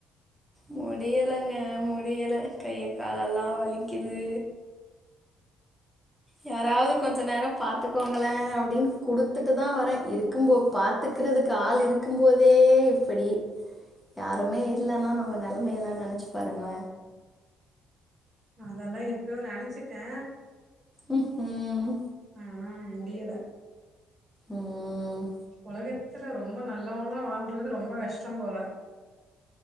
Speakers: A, in the centre; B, on the right.
A: முடியலங்க முடியல கையக்காலல்லா வலிக்குது யாராவுது கொஞ்ச நேரொ பாத்துக்கோங்களே அப்படின் குடுத்துட்டு தா வரே இருக்கும் போ பாத் த்துக்கிறதுக்கு ஆள் இருக்கும் போதே இப்படி ருமே இல்லன்னா நம்ம நெலைமையல்லா நெனச்சு பாருங்கள
B: அதெல்லா எப்பயோ நெனச்சிட்டே
A: ம் ம்
B: ஆனா முடியல
A: ம்
B: ஒலகத்துல ரொம்ப நல்லவஙளா வாழ்றது ரொம்ப கஷ்டொம்போல